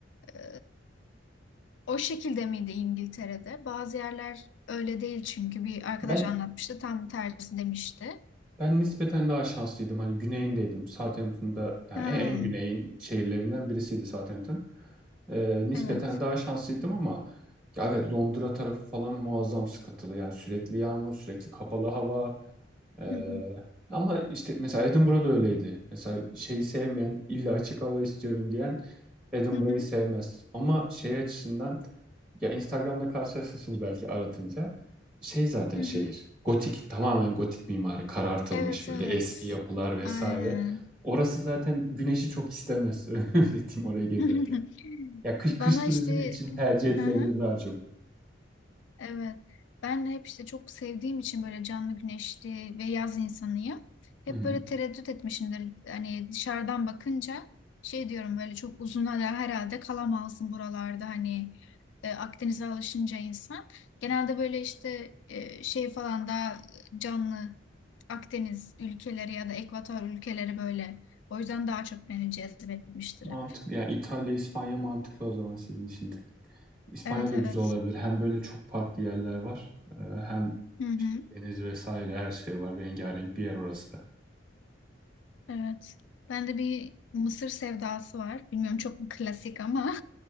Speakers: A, on the left (about 70°); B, in the centre.
A: e, o şekilde miydi İngiltere'de? Bazı yerler öyle değil çünkü bir arkadaş
B: Ben
A: anlatmıştı tam tersi demişti.
B: Ben nispeten daha şanslıydım. Hani güneyindeydim. Southampton'da yani
A: Ha,
B: en, en güneyin şehirlerinden birisiydi Southampton. Ee, nispeten
A: evet.
B: daha şanslıydım ama ya evet Londra tarafı falan muazzam sıkıntılı. Yani sürekli yağmur, sürekli kapalı hava. Ee,
A: Hı hı.
B: ama işte mesela Edinburgh'da öyleydi. Mesela şeyi sevmeyen, illa açık hava istiyorum diyen Edinburgh'ı
A: Hı hı.
B: sevmez. Ama şey açısından ya Instagram'da karşılaşırsınız belki aratınca şey zaten
A: Hı
B: şehir.
A: hı.
B: Gotik, tamamen gotik mimari, karartılmış
A: Evet
B: böyle
A: evet.
B: eski yapılar vesaire.
A: Aynen.
B: Orası zaten güneşi çok istemez. <laughs> Öyle diyeyim orayı gezerken.
A: <laughs>
B: Ya kış,
A: Bana
B: kış turizmi
A: işte
B: için tercih edilebilir
A: Hı hı,
B: daha çok.
A: evet. Ben de hep işte çok sevdiğim için böyle canlı güneşli ve yaz insanıyım. Hep
B: Hı hı.
A: böyle tereddüt etmişimdir. Hani dışarıdan bakınca şey diyorum böyle çok uzun hala herhalde kalamazsın buralarda hani e, Akdeniz'e alışınca insan. Genelde böyle işte e, şey falan daha canlı Akdeniz ülkeleri ya da Ekvator ülkeleri böyle. O yüzden daha çok beni cezbetmiştir
B: Mantıklı
A: hep.
B: yani İtalya, İspanya mantıklı o zaman sizin için de. İspanya
A: Evet
B: da
A: evet.
B: güzel olabilir. Hem böyle çok farklı yerler var. e, Hem
A: Hı hı.
B: işte deniz vesaire her şey var. Rengarenk bir yer orası da.
A: Evet. Bende bir Mısır sevdası var. Bilmiyorum çok mu klasik ama